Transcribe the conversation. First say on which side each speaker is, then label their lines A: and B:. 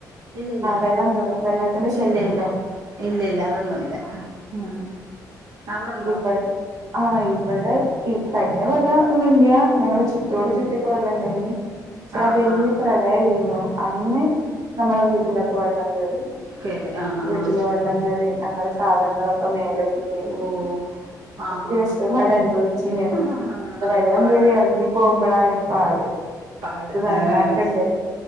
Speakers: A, on the right; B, on the right.
A: ഇല്ല ഇല്ല
B: വെള്ളം കേറും വെള്ളത്തിന്റെ ശല്യം
A: ഇല്ല ഇല്ല
B: ഉണ്ടോ
A: ഇല്ല ഇല്ല അതൊന്നുംല്ല ഉം അവിടെണ്ടോ
B: ഇവ ആഹ് ഇവിടെ ഈ കയ്യില കൊല്ല ഒന്നും ഇല്ല ഞങ്ങള് ചുറ്റിയോട് ചുറ്റിയൊക്കെ വല്ല ഉണ്ടെ ചാ
A: ആഹ്
B: വലിയ
A: ആഹ് ആഹ്
B: പ്രളയല്ലേന്നോ അന്ന് നമ്മടെ വീട്ടിലൊക്കെ വെള്ളം കേറി
A: കേറി ആഹ് ആഹ്
B: വീട്ടില് വെള്ളം
A: ആഹ്
B: കേറി ഞങ്ങള് സാധനങ്ങളൊ <unintelligible> <unintelligible>
A: ഓഹ് ആഹ്
B: ഒത്തിരി
A: ആഹ്
B: കഷ്ടപ്പാട്
A: ആഹ്
B: അനുഭവിച്ചീന്ന്
A: ആഹ്
B: എന്റെ
A: അതൊരു
B: വെള്ളം
A: പാടാ
B: കേയറി ഇറങ്ങി പോകുമ്പോഴാണ് പാട്
A: പാട്
B: ഇത് നന്നാക്കണ്ടേ
A: ഏഹ്